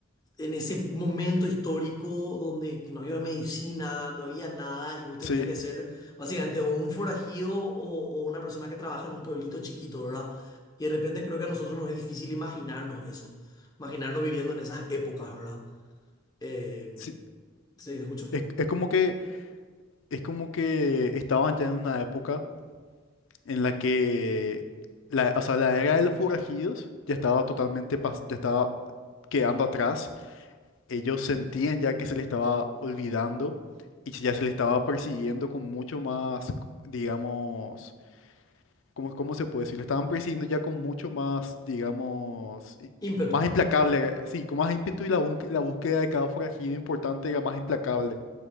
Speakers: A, on the left; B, on the left.
A: en ese momento histórico donde no había medicina, no había nada y vos tenías
B: Sí,
A: que ser básicamente o un forajido o, o una persona que trabaja en un pueblito chiquito, ¿verdad? Y de repente creo que a nosotros nos es difícil imaginarnos eso, imaginarnos viviendo en esas épocas, ¿verdad? Eh,
B: sí.
A: sí, te escucho.
B: Es, es como que, es como que estaban ya en una época en la que la, o sea, la era de los forajidos ya estaba totalmente, pas- ya estaba quedando atrás ellos sentían ya que se les estaba olvidando y ya se les estaba persiguiendo con mucho más, digamos, ¿cómo, cómo se puede decir? Lo estaban persiguiendo ya con mucho más, digamos, i-
A: Ímpetu.
B: más implacable, sí, con más ímpetu y la, búnque- la búsqueda de cada forajido importante era más implacable.